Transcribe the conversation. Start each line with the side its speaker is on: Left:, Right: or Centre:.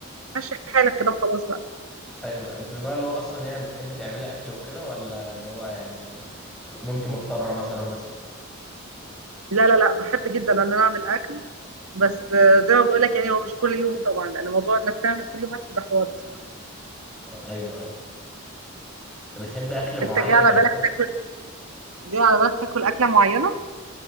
Right: ماشي حالك كده وخلاص بقى
Centre: ايوه انت من النوع اللي هو اصلا يعني بتحبي تعملي اكل وكده ولا اللي هو يعني وانت مضطرة مثلا بس
Right: لا لا لا بحب جدا ان انا اعمل اكل بس آه، زي ما بقول لك يعني هو مش كل يوم طبعا لان موضوع انك تعمل كل يوم اكل ده حوار بصراحه
Centre: آه، ايوه ايوه انت بتحبي اكل معين
Right: انت جاي على
Centre: او
Right: بالك
Centre: كده
Right: تاكل جاي على بالك تاكل اكله معينه